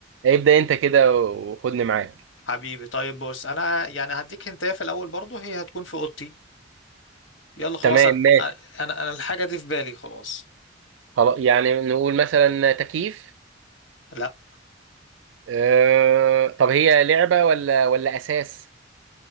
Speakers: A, on the right; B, on the left.
A: ابدا انت كده وخدني معاك
B: حبيبي طيب بص انا يعني هديك هنتايه في الاول برضو هي هتكون في اوضتي يلا خلاص
A: تمام
B: انا
A: ماشي
B: انا انا الحاجة دي في بالي خلاص
A: خلاص يعني نقول مثلا تكييف
B: لا
A: أه... طب هي لعبه ولا ولا اساس